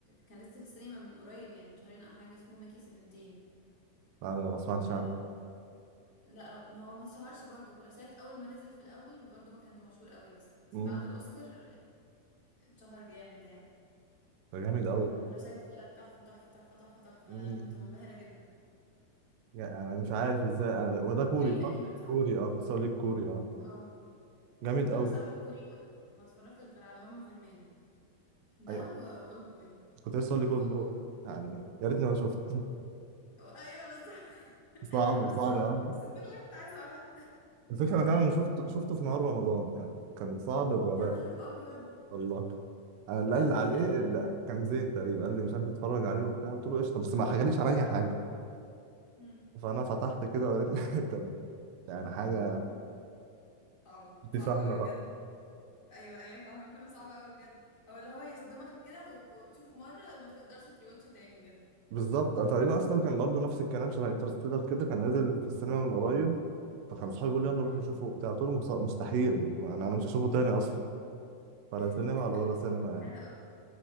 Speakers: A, on the left; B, on the right.
A: كان لسه في السينما من قريب يعني من شهرين او حاجه اسمه ميكي 17
B: أنا ما سمعتش
A: فلا
B: عنه
A: ما هو ما اتشهرش برضه باراسايت اول ما نزل في الاول برضه ما كانش مشهور قوي بس
B: امم
A: بعد الاوسكار اتشهر جامد يعني
B: ده جامد قوي
A: فباراسايت ده تحفه تحفه تحفه تحفه تحفه
B: امم
A: انا كنت منبهره جدا
B: يعني أنا مش عارف إزاي أنا- هو ده
A: هو
B: كوري
A: كوري تقريبا
B: صح؟
A: صح
B: كوري اه كنت لك كوري اه
A: اه
B: جامد قوي
A: انا صراحه الكوري ما ما اتفرجتش غير على هما فيلمين ده
B: أيوه
A: و- واولد بوي
B: كنت لسه أقول لك
A: شفت
B: أولد
A: اولد
B: بوي
A: بوي
B: يعني يا ريتني ما شفت
A: ايوه بالظبط <laughs>
B: صعب
A: بالظبط
B: صعب يا عم
A: بس دول اللي أنا كنت عايزه اقولها
B: الفكرة انا كمان شفته شفته في نهار رمضان يعني كان صعب بغباء
A: يا نهار ابيض
B: والله انا اللي
A: <laughs>
B: قال لي عليه اللي كان زين تقريبا قال لي مش عارف اتفرج عليه وبتاع قلت له قشطه بس ما حكاليش على اي حاجه
A: مم.
B: فانا فتحت كده وريت لي <laughs> كان يعني حاجه
A: صعبة
B: انت
A: صعبة
B: فاهمه
A: قوي
B: بقى
A: بجد ايوه ايوه فاهمة فيلم صعب قوي بجد هو اللي هو يصدمك كده وتشوفه مرة ما تقدرش تريوتشه تاني بجد
B: بالظبط أنا تقريبا اصلا كان برضو نفس الكلام شبه انترستيلر كده كان نازل في السينما من قريب فكان اصحابي بيقولوا لي يلا
A: مم.
B: نروح نشوفه وبتاع قلت لهم مستحيل انا انا مش هشوفه تاني اصلا ولا
A: <laughs>
B: سينما ولا بره سينما يعني.
A: حلقة أوي